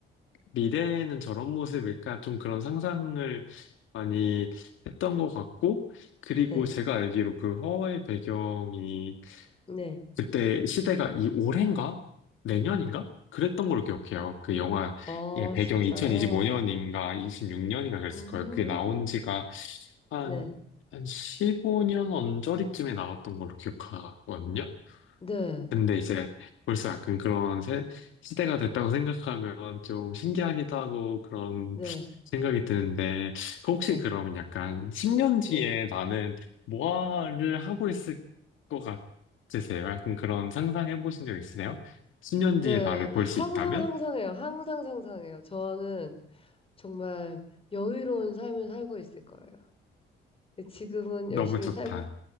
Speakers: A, on the left; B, on the left.
A: 미래에는 저런 모습일까 좀 그런 상상을 많이 했던 것 같고 그리고
B: 네,
A: 제가 알기로 그 허의 배경이
B: 네.
A: 그때 시대가 이 올해인가? 내년인가? 그랬던 걸로 기억해요. 그 영화,
B: 아,
A: 예, 배경이
B: 진짜요?
A: 2025년인가 26년인가 그랬을
B: 음,
A: 거예요. 그게 나온 지가 한,
B: 네,
A: 한 15년 언저리쯤에 나왔던 걸로 기억하거든요.
B: 네,
A: 근데 이제 벌써 약간 그런 세- 시대가 됐다고 생각하면 좀 신기하기도 하고 그런
B: 네,
A: 생각이 드는데 그
B: 네,
A: 혹시 그러면 약간 10년 뒤에
B: 네,
A: 나는 뭐를 하고 있을 것 같으세요? 약간 그런 상상해 보신 적 있으세요? 10년
B: 네.
A: 뒤에 나를 볼 수
B: 항상
A: 있다면?
B: 상상해요. 항상 상상해요. 저는 정말 여유로운 삶을 살고 있을 거예요. 지금은
A: 너무
B: 열심히
A: 좋다.
B: 살고